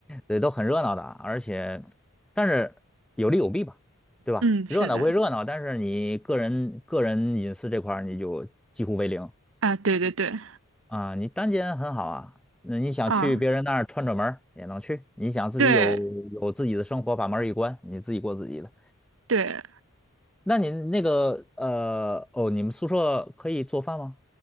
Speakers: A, in the centre; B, on the right (about 65°).
A: 对，都很热闹的啊，而且，但是有利有弊吧，对吧？
B: 嗯，是的，
A: 热闹归热闹，但是你个人个人隐私这块儿你就几乎为零
B: 啊，对对对，
A: 啊。你单间很好啊，那你想去别人那儿串串门儿也能去，
B: 啊，
A: 你想自己有有自己的生活，
B: 对
A: 把门儿一关，你自己过自己的。
B: 对，
A: 那你那个呃哦，你们宿舍可以做饭吗？